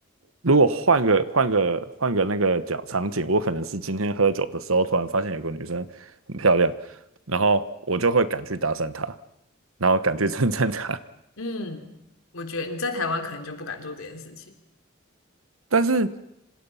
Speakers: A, on the right; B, on the left.
A: 如果换个换个换个那个角场景，我可能是今天喝酒的时候突然发现有个女生很漂亮，然后我就会敢去搭讪她，然后敢去
B: 嗯
A: <laughs> 称赞她。
B: 嗯，我觉得你在台湾可能就不敢做这件事情。
A: 但是